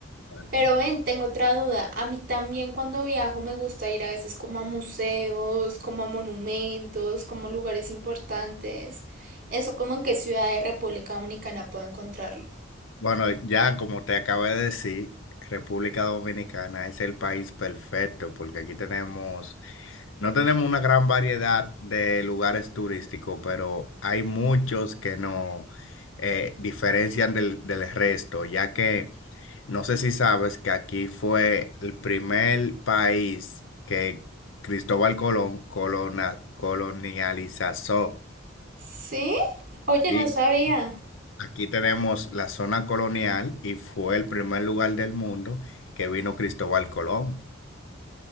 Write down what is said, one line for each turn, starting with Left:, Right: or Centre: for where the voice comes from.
Left: Bueno,
Right: Pero ven, tengo otra duda, a mí también cuando viajo me gusta ir a veces como a museos, como a monumentos, como a lugares importantes. Eso como en qué ciudad de República Dominicana puedo encontrarlo.
Left: Bueno, ya como te acabo de decir, República Dominicana es el país perfecto porque aquí tenemos No tenemos una gran variedad de lugares turísticos, pero hay muchos que nos eh, diferencian del, del resto, ya que no sé si sabes que aquí fue el primer país que Cristóbal Colón colona- colonializó.
Right: ¿Sí? Oye,
Left: Sí,
Right: no sabía.
Left: aquí tenemos la zona colonial y fue el primer lugar del mundo que vino Cristóbal Colón.